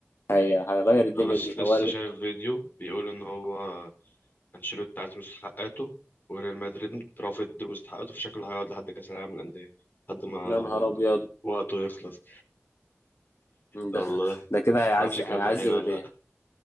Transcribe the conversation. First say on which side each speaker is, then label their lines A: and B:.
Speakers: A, on the left; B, on the left.
A: هي... هيغير الدنيا
B: أنا س-
A: دي
B: لسه
A: هو
B: شايف فيديو بيقول إن هو انشيلوتي عايز مستحقاته وريال مدريد رافض مستحقاته فشكله هيقعد لحد كاس العالم للانديه لحد ما
A: يا نهار ابيض
B: وقته يخلص والله
A: ده
B: ما
A: ده كده هيعز
B: اعرفش الكلام
A: هيعذب
B: ده حقيقي ولا
A: الريال
B: لا